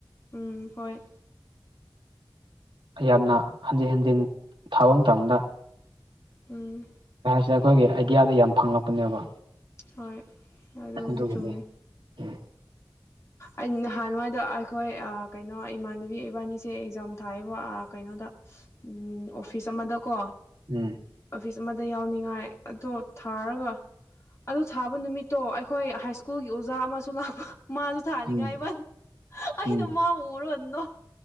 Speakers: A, on the left (about 35°); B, on the right (about 75°).
A: ꯎꯝ ꯍꯣꯏ
B: ꯌꯥꯝꯅ ꯍꯟꯖꯤꯟ ꯍꯟꯖꯤꯟ ꯊꯥꯕ ꯃꯇꯝꯗ
A: ꯎꯝ
B: ꯁꯤ ꯑꯩꯈꯣꯏꯒꯤ ꯑꯥꯏꯗꯤꯌꯥꯗ ꯌꯥꯝ ꯐꯪꯂꯛꯄꯅꯦꯕ
A: ꯍꯣꯏ ꯑꯗꯨꯕꯨꯗꯤ
B: ꯑꯗꯨꯒꯤꯅꯤ
A: ꯆꯨꯝꯃꯦ
B: ꯎ
A: ꯑꯩ ꯅꯍꯥꯟ ꯋꯥꯏꯗ ꯑꯩꯈꯣꯏ ꯀꯩꯅꯣ ꯏꯃꯥꯟꯅꯕꯤ ꯏꯕꯥꯅꯤꯁꯦ ꯑꯦꯛꯖꯥꯝ ꯊꯥꯏꯌꯦꯕ ꯑꯥ ꯀꯩꯅꯣꯗ ꯎꯝ ꯑꯣꯐꯤꯁ ꯑꯃꯗꯀꯣ
B: ꯎꯝ
A: ꯑꯣꯐꯤꯁ ꯑꯃꯗ ꯌꯥꯎꯅꯤꯡꯉꯥꯏ ꯑꯗꯣ ꯊꯥꯔꯒ ꯑꯗꯨ ꯊꯥꯕ ꯅꯨꯃꯤꯠꯇꯣ ꯑꯩꯈꯣꯏ ꯍꯥꯏ ꯁ꯭ꯀꯨꯜꯒꯤ ꯑꯣꯖꯥ ꯑꯃꯁꯨ ꯂꯥꯛꯄ ꯃꯥꯁꯨ ꯊꯥꯅꯤꯡꯉꯥꯏꯕ
B: ꯎꯝ
A: <unintelligible> ꯑꯩꯅ
B: ꯎꯝ
A: ꯃꯥꯕꯨ ꯎꯔꯒꯥ ꯅꯣꯛ